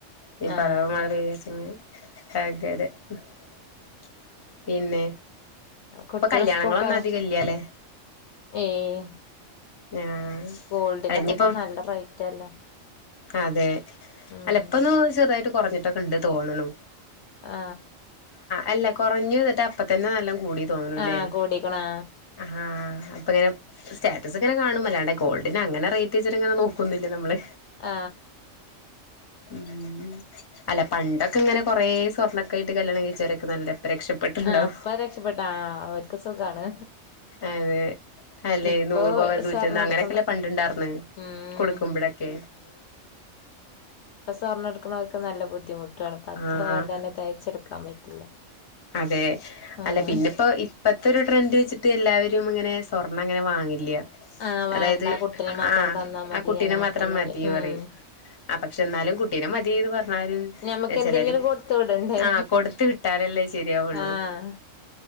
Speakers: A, on the left (about 25°); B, on the left (about 65°).
A: ഇഞ് പ്പോം
B: ആഹ്
A: അഥവാ പെയ്ത്ച്ചെങ്കിൽ അതെതെ <unintelligible> പിന്നെ
B: കുട്ട്യള്
A: ഇപ്പൊ കല്യാണങ്ങളൊന്നും
B: ഉസ്കൂൾക്ക്പോയ
A: അധികം ഇല്ല്യാല്ലേ
B: ഏയ്
A: ആഹ്
B: ഗോൾഡിനൊക്കെഇപ്പൊ
A: അല്ല ഇനിയിപ്പം
B: ഒക്ക നല്ല റേറ്റ് അല്ലേ
A: അതെ
B: ഉം
A: അല്ല ഇപ്പന്നു ചെറുതായിട്ട് കുറഞ്ഞിട്ടൊക്കെ ഉണ്ട് തോനുണ്
B: ആ
A: അല്ല കൊറഞ്ഞു എന്നിട്ട് അപ്പ തന്നെ നല്ല കൂടി തോന്നല്ലേ
B: ആഹ് കൂടിക്കണ്
A: ആ അപ്പ ഇങ്ങനെ സ്റ്റാറ്റസ് ഇങ്ങനെ കാണുമല്ലാേ ഗോൾഡിന് അങ്ങനെ റേറ്റ് വെച്ചിട്ട് ഇങ്ങനെ നോക്കുന്നില്ലേ നമ്മള്
B: ആ
A: ഉം അല്ല പണ്ടൊക്കെ ഇങ്ങനെ കൊറെ സ്വർണ്ണൊക്കെ ആയിട്ട് കല്യാണം കഴിച്ചവരൊക്കെ നല്ല രക്ഷപ്പെട്ടുണ്ടാവും
B: ആഹ് ആഹ് ഇപ്പ രക്ഷപ്പെട്ട ആഹ് അവർക്ക് സുഖാണ്
A: അതെ അല്ലെ
B: ഇപ്പൊ
A: നൂറു പവൻ നൂറ്റൊന്ന്
B: സ്വർണ്ണ
A: അങ്ങനെയൊക്കെല്ലേ
B: എടുക്കണ്
A: പണ്ട ഉണ്ടായിർന്ന്
B: ഉം
A: കൊടുക്കുമ്പോഴൊക്കെ
B: ഉം ഇപ്പൊ സ്വർണ്ണ എടുക്കുന്നവർക്ക് നല്ല ബുദ്ധിമുട്ടുണ് ഇപ്പ അത്ത്
A: ആഹ്
B: പവൻ തന്നെ തെകച്ചെടുക്കാൻ പറ്റില്ല
A: അതെ
B: ഉം
A: അല്ല പിന്നെ ഇപ്പോ ഇപ്പത്തെ ഒരു ട്രെൻഡ് വെച്ചിട്ട് എല്ലാവരും ഒ ഇങ്ങനെ സ്വർണം അങ്ങനെ വാങ്ങില്ല
B: ആഹ് വേണ്ട
A: അതായത്
B: കുട്ടിന് മാത്രം
A: ആ
B: തന്നാ മതി
A: ആ കുട്ടിനെ
B: അങ്ങനെയൊക്കെള്ളൊരു
A: മാത്രം മതി
B: ഉം
A: പറയും ആ പക്ഷെ എന്നാലും കുട്ടീനെ മതി പറഞ്ഞാലും
B: ഞമ്മക്ക്
A: ചിലര്
B: എന്തെങ്കിലും കൊടുത്ത് വിടണ്ടേ
A: ആ കൊടുത്ത വിട്ടാലല്ലേ ശരിയാവുള്ളൂ
B: ആഹ്